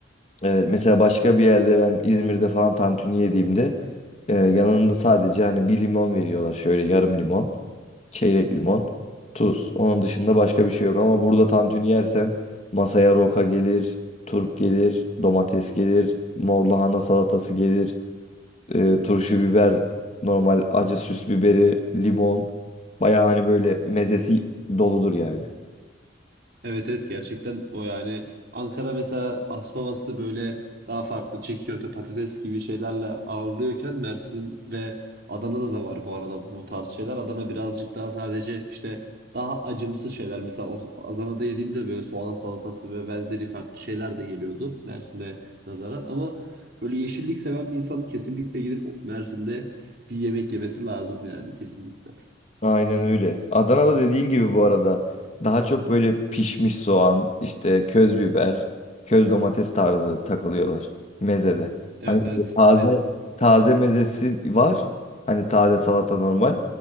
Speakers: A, on the left (about 35°); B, on the right (about 55°).
A: Evet, mesela başka bir yerde ben İzmir'de falan tantuni yediğimde e, yanında sadece hani bir limon veriyorlar şöyle yarım limon. çeyrek limon, tuz. Onun dışında başka bir şey yok. Ama burada tantuni yersen masaya roka gelir, turp gelir, domates gelir, mor lahana salatası gelir, e, turşu biber, normal acı süs biberi, limon. Bayağı hani böyle mezesi doludur yani.
B: Evet evet gerçekten o yani Ankara mesela asmaması böyle daha farklı çiğköfte patates gibi şeylerle ağırlıyorken Mersin'in ve Adana'da da var bu arada bu tarz şeyler. Adana birazcık daha sadece işte daha acımsı şeyler. Mesela o- Adana'da yediğimde böyle soğan salatası ve benzeri farklı şeyler de geliyordu Mersin'e nazaran ama böyle yeşillik seven bir insanın kesinlikle gidip Mersin'de bir yemek yemesi lazım yani kesinlikle.
A: Aynen öyle. Adana'da dediğin gibi bu arada daha çok böyle pişmiş soğan, işte köz biber, köz domates tarzı takılıyorlar mezede.
B: Evet
A: Hani böyle
B: evet
A: taze
B: aynen
A: taze mezesi var. Hani taze salata normal.